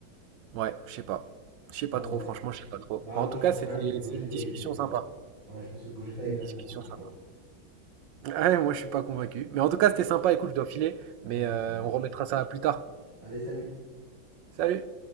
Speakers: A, on the right; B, on the right.
A: ouais, je sais pas. Je sais pas
B: Non,
A: trop,
B: ouais.
A: franchement, je sais pas trop.
B: Bah,
A: En
B: moi,
A: tout
B: je
A: cas,
B: pense
A: c'était,
B: quand même que Gogeta
A: c'est une discussion
B: il était plus
A: sympa.
B: fort. Ouais, je pense que Gogeta est
A: Une
B: quand
A: discussion
B: même beaucoup plus
A: sympa.
B: fort.
A: Ouais, moi je suis pas convaincu. Mais en tout cas,
B: Ouais,
A: c'était sympa. Écoute, je dois filer, mais
B: ouais
A: euh,
B: ça marche.
A: on remettra ça plus tard.
B: Allez, salut
A: Salut!